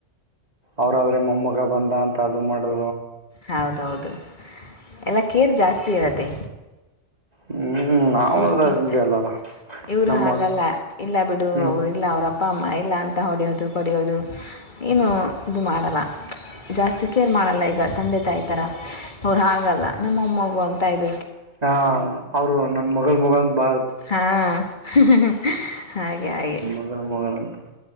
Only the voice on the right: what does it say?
ಅವ್ರಾದ್ರೆ ನಮ್ಮಗ ಬಂದ ಅಂತ ಅದು ಮಾಡು.
ಹ್ಮ್ ನಾವಾದ್ರೆ
ಹಂಗೆ ಅಲ್ಲಲ್ಲ
ನಮ್ಮ
ಹ್ಮ್
ಹಾ ಅವರು ನನ್ ಮಗಳ ನೋಡಣ ಬಾ.
ಇವರ ಮಗಳ <unintelligible>